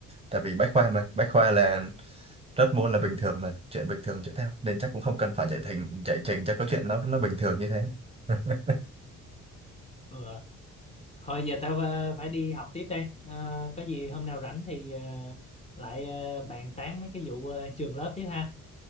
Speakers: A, on the right; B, on the left.
A: Tại vì bách khoa mà, bách khoa là rớt môn là bình thường mà, chuyện bình thường chuyện theo nên chắc cũng không cần phải chạy thành chạy trình cho có chuyện nó nó bình thường như thế. <laughs>
B: ừ. thôi giờ tao ờ, phải đi học tiếp đây Ờ, có gì hôm nào rảnh thì ờ, lại ờ, bàn tán mấy cái vụ ờ, trường lớp tiếp ha